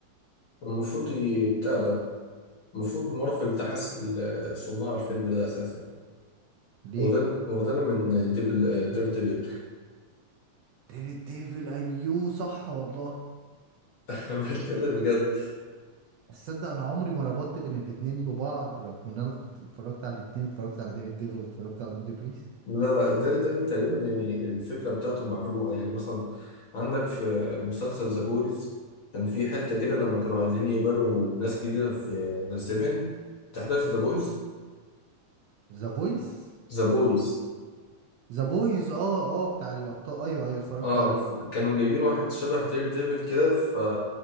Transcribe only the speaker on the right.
ليه
تيري ديفل ايوه صح والله
تصدق انا عمري ما ربطت بين الاتنين ببعض رغم ان انا كنت اتفرجت على الاتنين اتفرجت على ديري ديفل واتفرجت على دون دي بريس
ذا فويس
ذا بويز اه اه بتاع الابطال ايوه ايوه اتفرجت
عليه